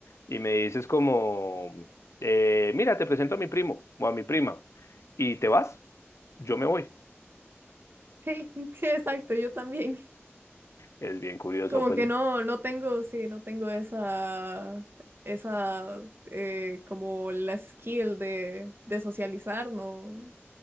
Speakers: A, on the left; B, on the right.
A: y me dices como, eh, mira, te presento a mi primo o a mi prima y te vas, yo me voy.
B: sí, <laughs> sí, exacto, yo también.
A: Es bien curioso,
B: Como
A: pues
B: que no, no tengo, sí, no tengo esa, esa, eh, como la skill de, de socializar, no.